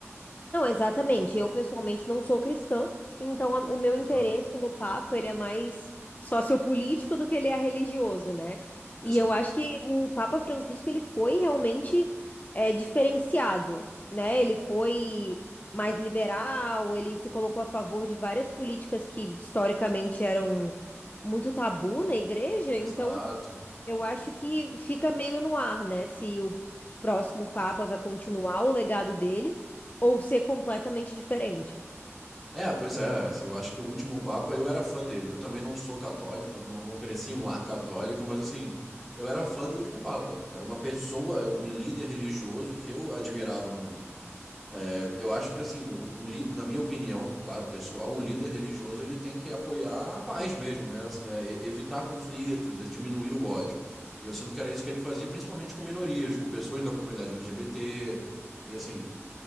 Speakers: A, on the left; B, in the centre.
A: Não, exatamente.
B: Então,
A: Eu pessoalmente não sou cristã, então a- o meu
B: Exato,
A: interesse no Papa, ele é mais sociopolítico do que ele é religioso, né?
B: exato,
A: E eu acho que o Papa Francisco, ele foi realmente é, diferenciado, né? Ele foi mais liberal, ele se colocou a favor de várias políticas que historicamente eram muito tabu na igreja, então
B: exato.
A: eu acho que fica meio no ar, né? Se o próximo Papa vai continuar o legado dele ou ser completamente diferente.
B: É, pois é, assim, eu acho que o último Papa, eu era fã dele. Eu também não sou católico, não, não, não cresci em um lar católico, mas assim, eu era fã do último Papa. Era uma pessoa, um líder religioso que eu admirava muito. É, eu acho que, assim, um, um lí- na minha opinião, claro, pessoal, um líder religioso, ele tem que apoiar a paz mesmo, né? Assim, é, e- evitar conflitos, é diminuir o ódio. E eu sinto que era isso que ele fazia, principalmente com minorias, com pessoas da comunidade LGBT, e assim...